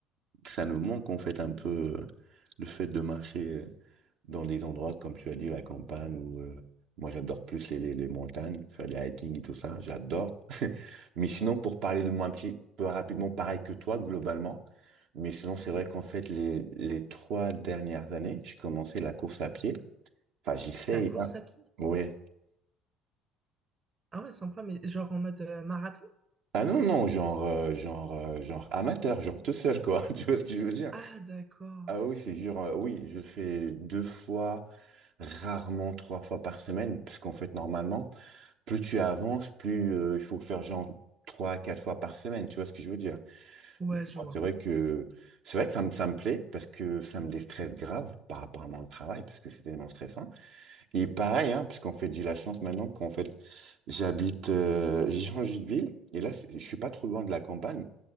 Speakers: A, on the right; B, on the right.
A: ça nous manque en fait un peu euh, le fait de marcher euh, dans des endroits, comme tu as dit, la campagne, ou euh, moi j'adore plus les, les, les montagnes, faire des hiking et tout ça, j'adore. <laughs> Mais sinon, pour parler de moi un petit peu rapidement, pareil que toi, globalement, mais sinon, c'est vrai qu'en fait, les, les trois dernières années, j'ai commencé la course à pied. Enfin, j'essaye,
B: La course
A: hein.
B: à pied.
A: Ouais.
B: Ah ouais, sympa, mais genre en mode euh, marathon?
A: Ah non, non, genre, euh, genre, euh, genre amateur, genre tout seul, quoi. <laughs> Tu vois ce que je veux dire?
B: Ah d'accord.
A: Ah oui, c'est genre, euh, oui, je fais deux fois, rarement trois fois par semaine, parce qu'en fait, normalement, plus tu avances, plus euh, il faut faire genre trois, quatre fois par semaine, tu vois ce que je veux dire?
B: Ouais,
A: Mais
B: je
A: moi,
B: vois.
A: c'est vrai que, c'est vrai que ça me, ça me plaît, parce que ça me déstresse grave par rapport à mon travail, parce que c'est tellement stressant. Et pareil, hein, parce qu'en fait, j'ai la chance maintenant qu'en fait, j'habite, euh, j'ai changé de ville, et là, c'est- je suis pas trop loin de la campagne.